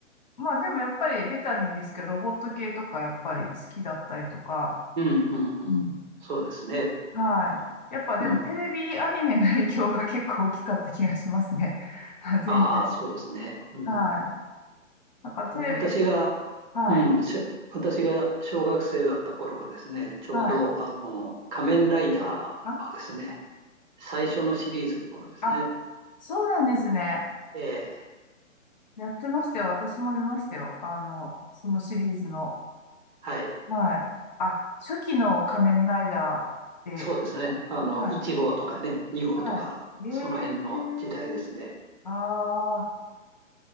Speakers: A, on the left; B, on the right.
A: まあでもやっぱりベタにですけど、ロボット系とかやっぱり好きだったりとか、
B: うんうんうん。
A: うん。
B: そうですね。
A: はい。
B: なるほど。
A: やっぱでもテレビアニメの影響が結構大きかった気がしますね。
B: うん。
A: <laughs> 全体。
B: ああ、そうですね。うん
A: はい。なんかテレビ
B: 私が、
A: はい。
B: うん、しょ私が小学生だった頃はですね、ちょうど、
A: はい。
B: あの、仮面ライダーのですね、
A: あー、
B: 最初のシリーズの頃ですね。
A: あ、そうなんですね。
B: ええ、
A: やってましたよ。私も見ましたよ。あの、そのシリーズの。
B: はい。
A: はい。あ、初期の仮面ライダーで。
B: そうですね。あの、
A: はい。
B: 1号とかね、2号とか、
A: はい。え
B: その辺の時代ですね。
A: えー。ああ、